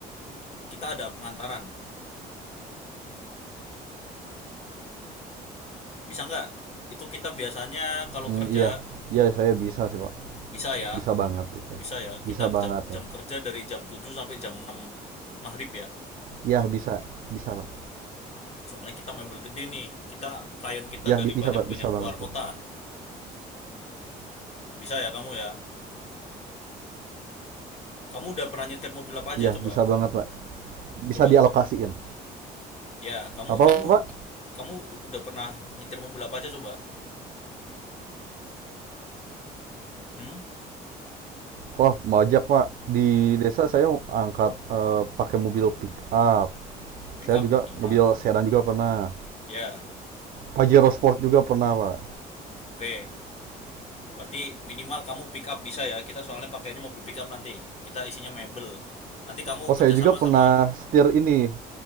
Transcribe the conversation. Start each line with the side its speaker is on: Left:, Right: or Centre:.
Left: kita ada pengantaran. Bisa nggak? Itu kita biasanya kalau
Right: Mm,
Left: kerja
Right: iya iya saya bisa sih pak
Left: bisa ya.
Right: bisa banget itu
Left: Bisa ya. Kita
Right: bisa banget
Left: jam jam
Right: ya
Left: kerja dari jam 7 sampai jam 6 maghrib ya.
Right: iya bisa bisa pak
Left: Soalnya kita mebel gede nih. Kita klien kita
Right: iya
Left: dari
Right: bi- bisa
Left: banyak-banyak
Right: pak bisa banget
Left: luar kota.
Right: ya
Left: Bisa ya kamu ya? Kamu udah pernah nyetir mobil apa aja
Right: iya
Left: coba?
Right: bisa banget pak bisa
Left: Coba.
Right: dialokasiin
Left: Ya, kamu
Right: apa
Left: kamu
Right: pak
Left: kamu udah pernah nyetir mobil apa aja coba? Hmm?
Right: wah mau ajak pak di desa saya angkat eh, pakai mobil pick up
Left: Pick
Right: saya
Left: up
Right: juga
Left: udah
Right: mobil
Left: pernah.
Right: sedan juga pernah
Left: Ya,
Right: Pajero Sport juga pernah pak
Left: oke. Berarti minimal kamu pick up bisa ya. Kita soalnya pakainya mobil pick up nanti. Kita isinya mebel. Nanti kamu
Right: Oh
Left: kerjasama
Right: saya juga pernah
Left: sama
Right: setir ini